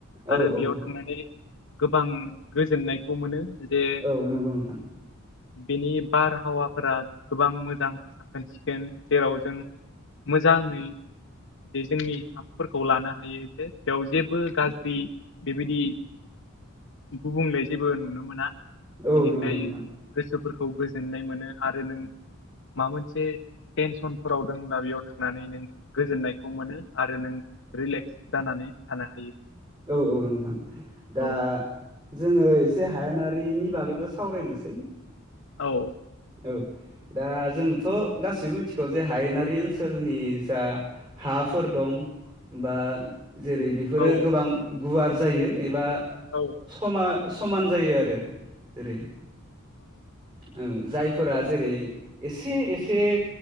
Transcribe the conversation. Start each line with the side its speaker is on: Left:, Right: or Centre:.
Right: औ
Left: आरो
Right: औ
Left: बेयाव थांनानै गोबां गोजोननायखौ मोनो जे
Right: औ नंगौ नोंथां
Left: बेनि बारहावाफोरा गोबां मोजां साखोन सिखोन जेराव जों मोजाङै जे जोंनि हांफोरखौ लानो हायो जे बेयाव जेबो गाज्रि बेबायदि
Right: <unintelligible> <inaudible>
Left: गुबुंले जेबो नुनो मोना
Right: औ
Left: बेनिखाय
Right: नंगौ नोंथां
Left: गोसोफोरखौ गोजोननाय मोनो आरो नों माबा मोनसे टेनसनफोराव दंब्ला बेयाव थांनानै नों गोजोननायखौ मोनो आरो नों रिलेक्स जानानै थानो हायो
Right: औ औ नोंथां दा
Left: औ
Right: जोङो एसे हायानारिनि बागैबो सावरायनोसै
Left: औ
Right: औ दा जोंथ' गासिबो मिथिगौ जे हायेनारि ओनसोलनि जा हा फोर दं बा जेरै बेफोरो
Left: औ
Right: गोबां गुवार जायो एबा
Left: औ
Right: समा समान जायो आरो जेरै औ दा जेरै एसे - एसे